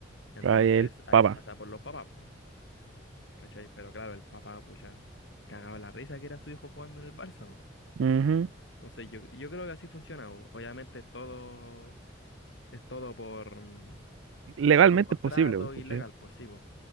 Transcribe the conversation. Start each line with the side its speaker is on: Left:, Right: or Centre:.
Left: Entonces,
Right: Trae el
Left: ahí
Right: papá.
Left: pasa por los papás, pues, ¿cachai? Pero claro, el papá, pues ya cagaba la risa que era su hijo jugando en el Barça, po.
Right: Ujú.
Left: Entonces yo, yo creo que así funciona. o- Obviamente es todo, es todo por, mm,
Right: Legalmente
Left: por contrato
Right: es posible,
Left: y
Right: ¿cachai?
Left: legal, pues sí, po.